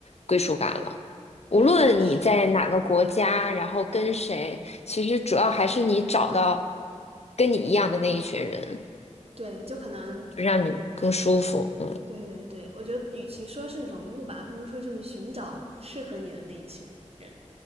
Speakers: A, on the left; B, on the right.
A: 归属感了。无论你在哪个国家，
B: 对，确实，
A: 然后跟谁，其实主要还是你找到跟你一样的那一群人，
B: 对，就可能，
A: 就让你更舒服。嗯。
B: 对对对，我觉得与其说是融入吧，不如说就是寻找适合你的那一群人。